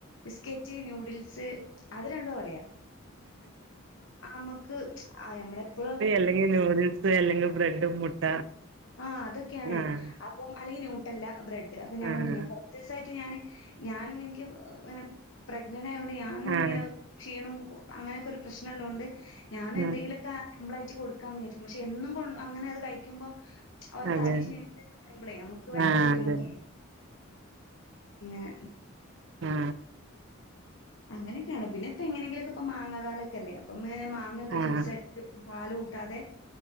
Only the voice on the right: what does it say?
ല്ലങ്കി നൂഡിൽ അല്ലെങ്കിൽ ബ്രെഡും മുട്ട....
ആഹ്
ആഹ്
ആഹ്
ഉം
അതെ
ആഹ്
അതന്നെ
ആ
ആഹ്